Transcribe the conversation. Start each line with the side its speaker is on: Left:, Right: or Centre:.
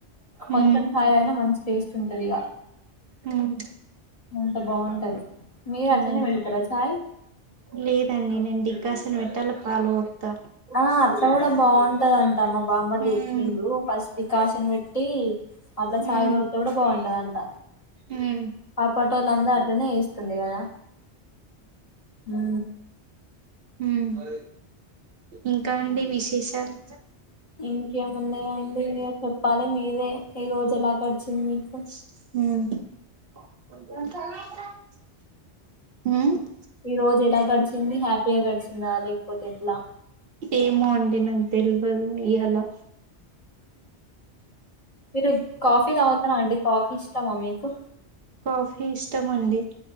Left: కొంచెం
Right: ఉమ్
Left: చాయి తాగిన మంచిగా ఉంటది టేస్ట్ ఉంటది ఇగ
Right: ఉమ్
Left: అంత బాగుంటది మీ అట్లనే
Right: అవును
Left: పెడతారా చాయ్
Right: లేదండి నేను డికాషన్ పెట్టి పాలు పోతా
Left: ఆ అట్లా కూడా బాగుంటద అంట మా బామ్మర్ది
Right: హ్మ్
Left: చెప్పిండు ఫస్ట్ డికాషన్ పెట్టి అట్లా
Right: హ్మ్
Left: చాయ్ పోతే కూడా బాగుంటదంట
Right: హ్మ్
Left: ఆ పటోలు అంతా అట్లనే చెస్తుండే కదా ఉ
Right: ఉ ఇంకా అండి విశేషాలు
Left: ఇంకేముందియండి ఇగ చెప్పాలి మీరే ఈ రోజు ఎలా గడిచింది మీకు
Right: ఉ ఉ
Left: ఈ రోజు ఎలా గడిచింది హ్యాపీగా గడిచిందా లేకపోతే ఎట్లా
Right: ఏమో అండి నాకు తెల్వదు ఇయలా
Left: మీరు కాఫీ తాగుతుర అండి కాఫీ ఇష్టమా మీకు
Right: కాఫీ ఇష్టం అండి